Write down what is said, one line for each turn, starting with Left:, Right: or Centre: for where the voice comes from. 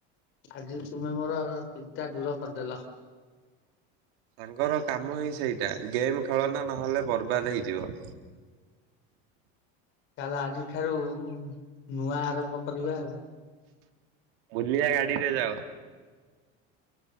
Left: ଆଜି ତୁମେ ମୋର ଚିନ୍ତା ଦୂର କରିଦେଲ।
Right: ସାଙ୍ଗର କାମ ହିଁ ସେଇଟା ଗେମ୍ ଖେଳ ନା ନହେଲେ ବର୍ବାଦ ହେଇଯିବ।
Left: ତାହେଲେ ଆଜିଠାରୁ ନୂଆ ଆରମ୍ଭ କରିବା ଆଉ
Right: ବୁଲିବା ଗାଡିରେ ଯାଅ